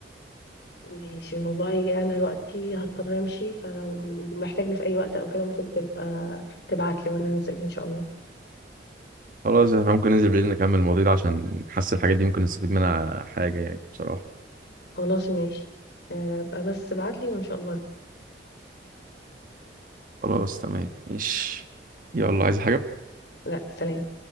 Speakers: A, on the left (about 65°); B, on the right (about 45°).
A: ماشي والله انا دلوقتي هضطر امشي فلو محتاجني في اي وقت او كده ممكن تبقى تبعت لي وانا انزل ان شاء الله
B: خلاص احنا ممكن ننزل بالليل نكمل المواضيع ده عشان حاسس الحاجات دي ممكن نستفيد منها حاجه يعني بصراحه
A: خلاص ماشي آه، ابقى بس ابعت لي وان شاء الله
B: خلاص تمام ماشي يلا عايز حاجة
A: لا سلام